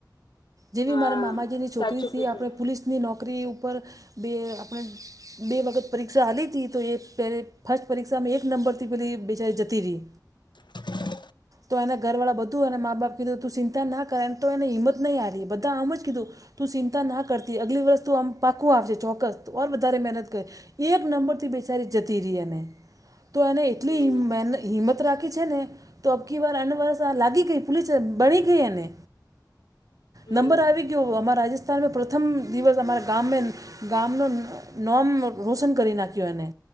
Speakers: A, on the right; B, on the left.
A: જેવી
B: હા
A: મારા મામાજીની છોકરીથી
B: સાચું કીધું
A: આપણે પોલીસની નો નોકરી ઉપર બે આપણે બે વખત પરીક્ષા આવી હતી તો એ પહે ફર્સ્ટ પરીક્ષામાં એક નંબરથી પેલી બેચારી જતી રહી
B: હ <inaudible>
A: તો એના ઘરવાળા બધું અને મા બાપ કીધું તું ચિંતા ના કરે એમ તો એને હિંમત નહીં હારી બધા આમ જ કીધું તું ચિંતા ના કરતી અગલી વર્ષ તું આમ પાકકુ આવશે ચોક્કસ ઓર વધારે મહેનત કર એક નંબર થી બેચારી જતી રહી અને તો એને એટલી
B: હમ
A: હિંમત રાખી છે ને તો અબકી વાર લાગી ગઈ પોુલીસ બની ગઈ અને નંબર
B: હમ
A: આવી ગયો અમારા રાજસ્થાનમાં પ્રથમ દિવસ અમારા ગામ મેં ગામનું નામ રોશન કરી નાખ્યું એને